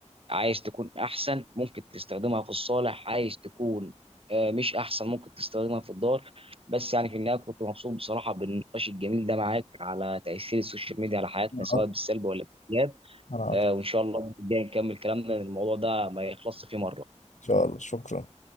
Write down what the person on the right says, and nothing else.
عايز تكون احسن ممكن تستخدمها في الصالح عايز تكون آه، مش احسن ممكن تستخدمها في الدار بس يعني في النهايه كنت مبسوط بصراحه بالنقاش الجميل ده معاك على تاثير السوشيال ميديا على حياتنا
سواء
بالسلب ولا بالايجاب
آه، وان شاء الله الجاي نكمل كلامنا لأن الموضوع ده ما يخلصش فيه مره